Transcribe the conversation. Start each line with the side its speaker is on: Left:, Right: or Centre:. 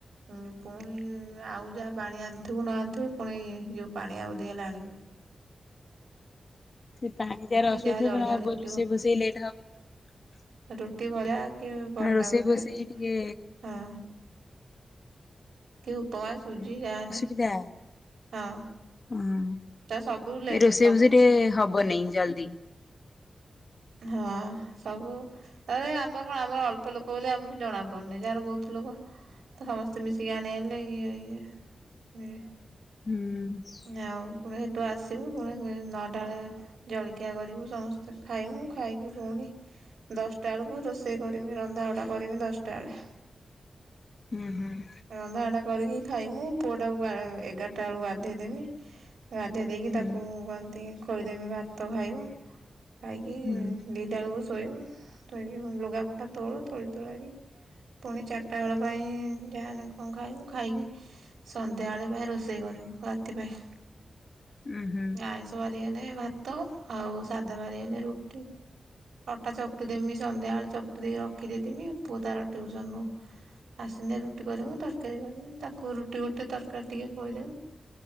Right: ଉଁ ପୁଣି ଆଉ ଯାହା ପାଣି ଆଣିଥିବୁ ନ ଆଣିଥିବୁ ପୁଣି ଯିଉ ପାଣି ଆଉ ଦି ହେଲେ ଆଣିବୁ।
Left: ସେ ପାଣି ଯାର
Right: ଆଣିକି
Left: ଅସୁଥିବ
Right: ଯାହା ଜଳଖିଆ
Left: ହବ
Right: ରୁଟି
Left: ରୋଷେଇ ଫୋଷେଇ ଲେଟ ହବ।
Right: ରୁଟି ଭଳିଆ କି ପରଟା
Left: ରୋଷେଇ
Right: ଭଜା
Left: ଫୋଷେଇ
Right: କି
Left: ଟିକେ
Right: ହଁ। କି ଉପମା ସୁଜି ଯାହେନେ
Left: ଯା।
Right: ହଁ।
Left: ହଁ।
Right: ତା ସବୁ ଲେଟ୍
Left: ଏ ରୋଷେଇ
Right: ସବୁ
Left: ଫୋଷେଇ ଟିକେ ହବନେଇଁ ଜଲଦି।
Right: ହଁ। ସବୁ ତାରେ ଆମର କଣ ଆମର ଅଳ୍ପ ଲୋକ ବୋଲି ଆମୁକୁ ଜଣା ପଡୁ଼ନେଇଁ। ଯାହାର ବହୁତ ଲୋକ ତ ସମସ୍ତେ ମିଶିକି ଆଣି ଆଇଲେ ଇଅ ଇଏ ଏ
Left: ହୁଁ।
Right: ଆଉ ଫୁଣି ହେଠୁ ଆସିବୁ ଫୁଣି କୁଇ ନଅଟାଳେ ଜଳିଖିଆ କରିବୁ। ସମସ୍ତେ ଖାଇମୁ। ଖାଇକି ପୁଣି ଦଶଟା ଅଳୁକୁ ରୋଷେଇ କରମି ରନ୍ଧାବଢ଼ା କରମି ଦଶଟା ଅଳେ।
Left: ଉଁ ହୁଁ‌।
Right: ରନ୍ଧାବଢ଼ା କରିକି ଖାଇମୁ। ପୁଅଟାକୁ ଗାଳ ଏଗାରଟା ଅଳୁ ଗାଧେଇ ଦେମି। ଗାଧେଇ ଦେଇକି
Left: ହୁଁ
Right: ତାକୁ କନ୍ତି ଖୋଇଦେମି ଭାତ ଖାଇବ। ଇ
Left: ହୁଁ
Right: ଦିଟା ଅଳୁକୁ ଶୋଇମୁ। ଶୋଇକି ପୁଣି ଲୁଗାପଟା ତୋଳ। ତୋଳି ତୁଳାକି ପୁଣି ଚାରିଟା ଏଳ ପାଇଁ ଯାହା ହେନେ କଁ ଖାଇମୁ ଖାଇକି ସନ୍ଧ୍ୟାଏଳେ ପାଇଁ ରୋଷେଇ କରିମୁ ରାତି ପାଇଁ।
Left: ଉଁ ହୁଁ।
Right: ଆାଇଁଷ ବାରି ହେଲେ ଭାତ ଆଉ ସାଧା ବାରିିହେଲେେ ରୁଟି। ଅଟା ଚକଟି ଦେମି। ସନ୍ଧ୍ୟାବେଳେ ଚକଟି ଦେଇ ରଖିଦେଇଥିମି, ପୁଅ ତାର ଟ୍ୟୁସନରୁ ଆସିନେ ରୁଟି କରିମୁ, ତରକାରୀ କରିମି। ତାକୁ ରୁଟି ଗୋଟେ ତରକାରୀ ଟିକେ ପଡେ।